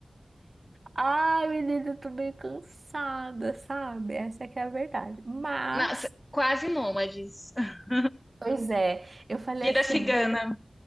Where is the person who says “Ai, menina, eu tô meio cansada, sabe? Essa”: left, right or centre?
Right